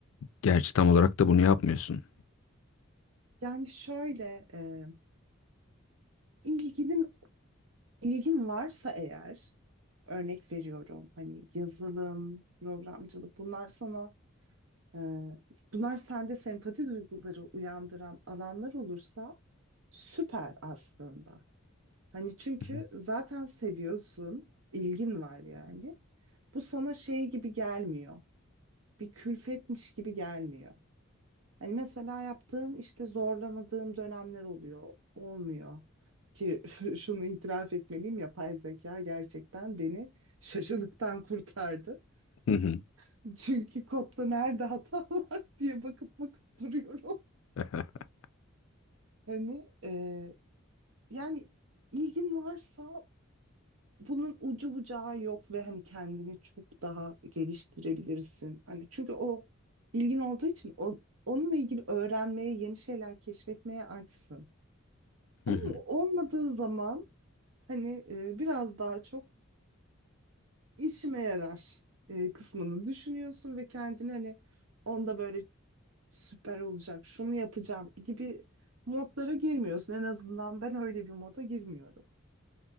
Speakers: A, on the left; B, on the right.
A: gerçi tam olarak da bunu yapmıyorsun.
B: Yani şöyle e, ilginin ilgin varsa eğer örnek veriyorum hani yazılım, programcılık bunlar sana e, bunlar sende sempati duyguları uyandıran alanlar olursa süper aslında. Hani çünkü
A: Hı hı.
B: zaten seviyorsun, ilgin var yani. Bu sana şey gibi gelmiyor. Bir külfetmiş gibi gelmiyor. Hani mesela yaptığım işte zorlanadığım dönemler oluyor, olmuyor. Ki <laughs> şunu itiraf etmeliyim, yapay zeka gerçekten beni şaşılıktan kurtardı.
A: Hı hı.
B: <laughs> Çünkü kodda nerede hata <laughs> var diye bakıp bakıp duruyorum.
A: <laughs>
B: Hani e, yani ilgin varsa bunun ucu bucağı yok ve hani kendini çok daha geliştirebilirsin. Hani çünkü o ilgin olduğu için o, onunla ilgili öğrenmeye, yeni şeyler keşfetmeye açsın.
A: Hı
B: Ama
A: hı.
B: olmadığı zaman hani e, biraz daha çok işime yarar e, kısmını düşünüyorsun ve kendini hani onda böyle süper olacak, şunu yapacağım gibi modlara girmiyorsun. En azından ben öyle bir moda girmiyorum.